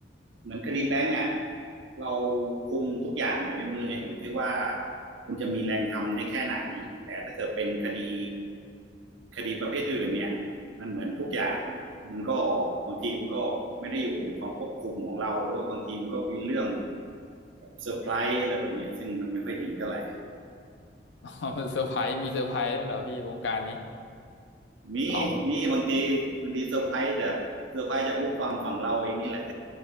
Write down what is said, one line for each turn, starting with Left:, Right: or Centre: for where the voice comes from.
Right: เหมือนคดีแบงก์อ่ะเราคุมทุกอย่างอยู่ในมือไงอยู่ที่ว่าคุณจะมีแรงทำได้แค่ไหนแต่ถ้าเกิดเป็นคดีคดีประเภทอื่นเนี่ยมันเหมือนทุกอย่างมันก็บางทีมันก็ไม่ได้อยู่ในความควบคุมของเราหรือว่าบางทีมันก็เป็นเรื่องเซอร์ไพรส์อะไรแบบเนี้ซึ่งมันไม่ค่อยดีเท่าไหร่
Left: อ๋อมันเซอร์ไพรส์มีเซอร์ไพรส์ด้วยเหรอพี่วงการนี้
Right: มีมีบางทีบางทีเซอร์ไพรส์จากเซอร์ไพรส์จากลูกความฝั่งเราเองนี่แหละ
Left: <laughs> อ๋อแบบ